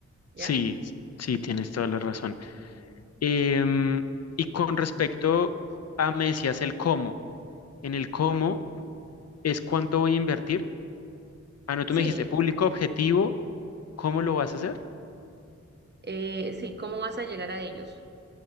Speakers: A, on the right; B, on the left.
A: ¿ya?
B: Sí, sí, tienes toda la razón. Em, y con respecto a, me decías el cómo. En el cómo es cuánto voy a invertir. Ah, no, tú
A: Sí,
B: me dijiste público objetivo, ¿cómo lo vas a hacer?
A: eh, sí, ¿cómo vas a llegar a ellos?